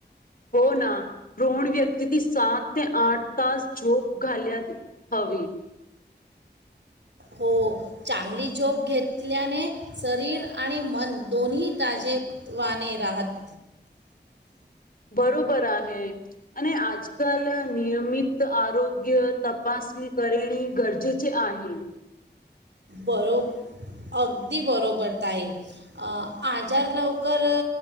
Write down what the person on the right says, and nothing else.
हो चांगली झोप घेतल्याने शरीर आणि मन दोन्ही ताजेवाने राहत.
बरोब अगदी बरोबर ताई. अ आजार लवकर